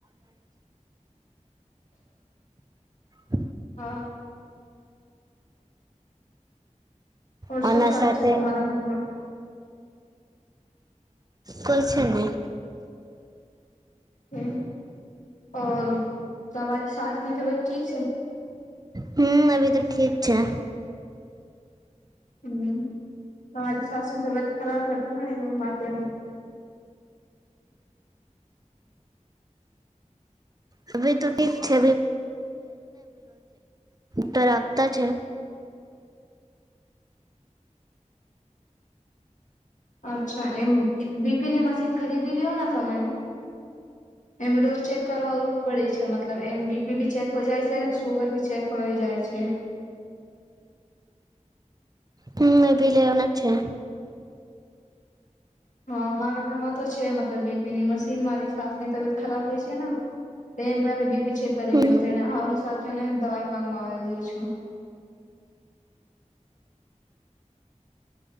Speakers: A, on the right (about 30°); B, on the left (about 75°).
A: <unintelligible> <inaudible>
B: હા. તરસો
A: આના
B: ચાલુ
A: સાથે
B: થયું તમારા ઘરમાં.
A: કોઈ છે ની.
B: હમ્મ. અ તમારી સાસની તબિયત ઠીક છે?
A: હમ્મ, અભી તો ઠીક છે.
B: હમ્મ, તમારી સાસની તબિયત ખરાબ હતી ને એ માટે <inaudible>
A: હવે તો ઠીક છે <unintelligible> રાખતા છે.
B: અચ્છા. એમ બી પીની મશીન ખરીદી લ્યો ને તમે? એમ રોજ ચેક કરવાવું પડે છે મતલબ એમ બી પી ભી ચેક હોય જાય છે ને સુગર ભી ચેક હોય જાય છે.
A: હમ્મ, એ ભી લેવાના છે.
B: હા મારા ઘરમાં તો છે, મતલબ બી પી ની મશીન મારી સાસની. તમે ત ખરાબ હોય છે ને, તો એમ થાય બી પી ચેક કરી
A: હમ
B: લીએ તો એને આ હિસાબ ચણાની દાળ. માંગુ આવી રી છું.